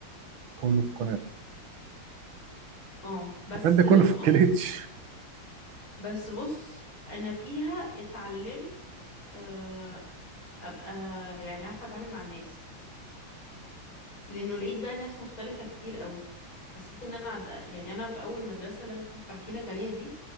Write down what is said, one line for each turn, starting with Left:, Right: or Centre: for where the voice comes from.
Right: كله في الكنافة
Left: اه بس
Right: كان ده
Left: بس
Right: كله في
Left: بص
Right: الكليتش
Left: بس بص أنا فيها اتعلمت آه، أبقى يعني عارفة أتعامل مع الناس لانه لقيت بقى ناس مختلفة كتير قوي حسيت ان انا عد... يعني انا في اول مدرسة اللي انا كنت بحكي لك عليها دي